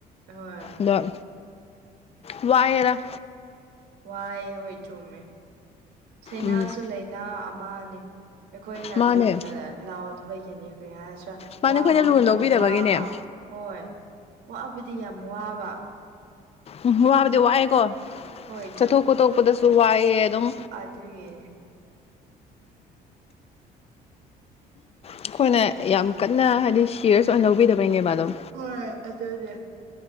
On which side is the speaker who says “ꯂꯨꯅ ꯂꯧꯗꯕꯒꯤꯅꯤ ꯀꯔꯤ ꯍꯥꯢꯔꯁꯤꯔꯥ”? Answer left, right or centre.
Right